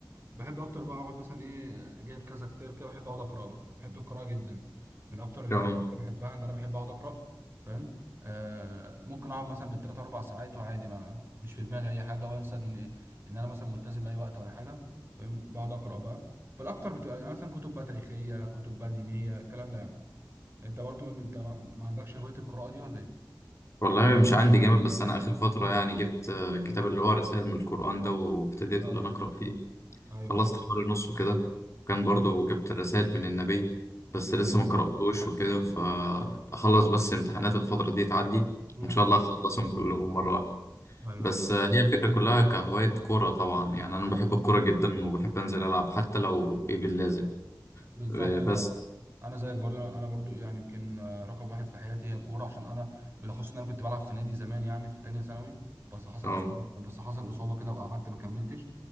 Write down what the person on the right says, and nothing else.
بحب أكتر بقى أقعد مثلا إيه جايب كذا كتاب كده بحب أقعد أقرأ بقى بحب القراءة جدا من أكتر الحاجات
اللي بحبها إن أنا بحب أقعد أقرأ فاهم آه ممكن أقعد مثلا بالتلات أربع ساعات وعادي ما مش في دماغي أي حاجة وأنسى إن إن أنا مثلا ملتزم بأي وقت ولا حاجة فاهم بقعد أقرأ بقى فالأكتر بتبقى يعني مثلا كتب بقى تاريخية كتب بقى دينية الكلام ده يعني أنت برضو أنت ما ما عندكش هواية القراءة دي ولا إيه؟
اه
ايوه
امم
ايوه
بالظبط
أنا- انا زيك برضو انا برضو يعني يمكن آه، رقم واحد في حياتي هي الكوره عشان انا بالاخص ان انا كنت بلعب في نادي زمان يعني في تانية ثانوي بس حصل
اصابه بس حصل اصابه كده وقعدت ما كملتش